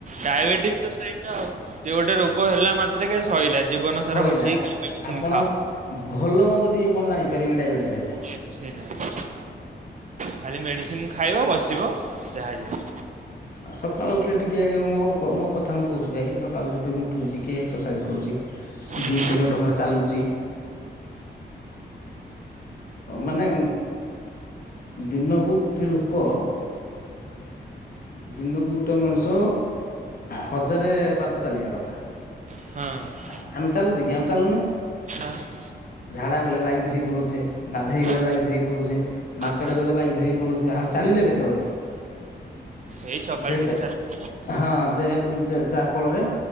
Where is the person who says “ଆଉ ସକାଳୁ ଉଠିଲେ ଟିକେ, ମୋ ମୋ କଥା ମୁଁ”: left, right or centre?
Left